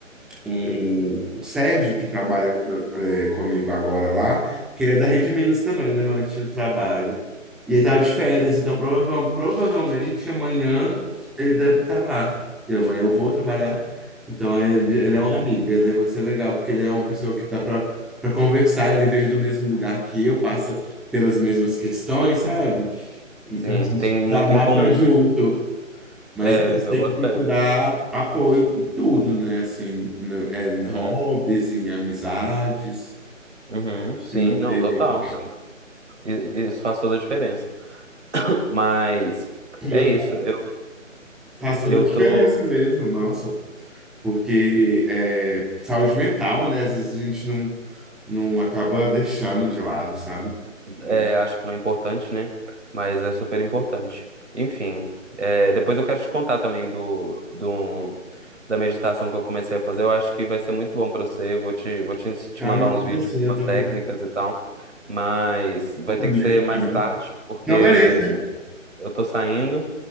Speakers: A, in the centre; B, on the right (about 60°).
A: o, o Sérgio, que trabalha é, comigo agora lá, que ele é da Rede Minas também, né, meu antigo trabalho. E ele tava de férias, então prova- provavelmente amanhã ele deve estar lá. E amanhã eu vou trabalhar. Então ele, ele
B: Uhum.
A: é um amigo, ele vai ser legal, porque ele é uma pessoa que dá para para conversar, ele veio do mesmo lugar que eu, passa pelas mesmas questões, sabe? Então
B: Sim,
A: a gente
B: tem
A: desabafa
B: muito em comum,
A: junto.
B: né?
A: Mas
B: É,
A: isso,
B: eu
A: tem
B: boto
A: que procurar
B: fé.
A: apoio em tudo, né? Assim, no- é, em hobbies,
B: Uhum,
A: em amizades,
B: uhum,
A: te
B: sim,
A: manter.
B: não, total. I- Isso faz toda a diferença. Mas
A: <laughs>
B: é isso. Eu,
A: Faz
B: eu
A: toda a diferença
B: tô.
A: mesmo, nossa. Porque é, saúde mental, né? Às vezes a gente não, não acaba deixando de lado, sabe?
B: é,
A: E,
B: acho que não é importante, né? Mas é super importante. Enfim, é, depois eu quero te contar também do, do, um, da meditação que eu comecei a fazer. Eu acho que vai ser muito bom pra você. Vou te, vou te, ens- te
A: cara,
B: mandar
A: me
B: uns
A: tudo
B: vídeos,
A: assim,
B: umas
A: eu também
B: técnicas e tal. Mas vai
A: vou comer
B: ter que ser
A: aqui
B: mais
A: também.
B: tarde, porque
A: Então, beleza.
B: eu tô saindo.